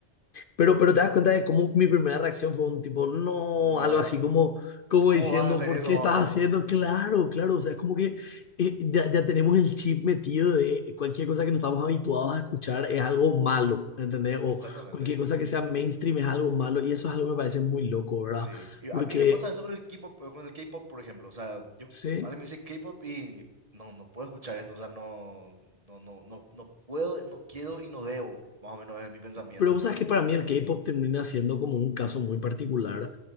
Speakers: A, on the left; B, on the right.
A: Pero, pero te das cuenta de cómo mi primera reacción fue un tipo, no,
B: No,
A: algo así como, como
B: ¿cómo
A: diciendo,
B: vas a hacer
A: ¿por
B: eso
A: qué
B: más
A: estás
B: o menos?
A: haciendo? Claro, claro, o sea, es como que eh, ya, ya tenemos el chip metido de cualquier cosa que no estamos habituados a escuchar es algo malo, ¿entendés? O
B: Exactamente.
A: cualquier cosa que sea mainstream es algo malo y eso es algo que me parece muy loco, ¿verdad?
B: Sí, y
A: Porque,
B: a mí me pasa eso con el K-pop, con el K-pop, por ejemplo, o sea, yo
A: sí.
B: alguien me dice K-pop y no, no puedo escuchar esto, o sea, no, no, no, no, no puedo, no quiero y no debo, más o menos es mi pensamiento.
A: Pero vos sabes que para mí el K-pop termina siendo como un caso muy particular,